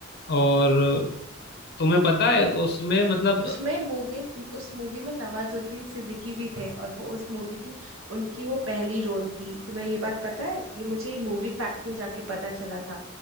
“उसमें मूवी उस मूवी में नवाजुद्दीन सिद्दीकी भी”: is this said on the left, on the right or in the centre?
Right